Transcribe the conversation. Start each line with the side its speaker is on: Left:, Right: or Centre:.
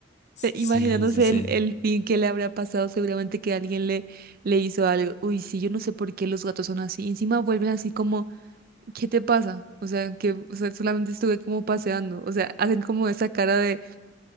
Left: Sí,
Right: imaginándose
Left: sí, sí.
Right: el, el fin que le habrá pasado, seguramente que alguien le, le hizo algo. Uy, sí, yo no sé por qué los gatos son así. Encima vuelven así como, ¿qué te pasa? O sea, que o sea, solamente estuve como paseando. O sea, hacen como esa cara de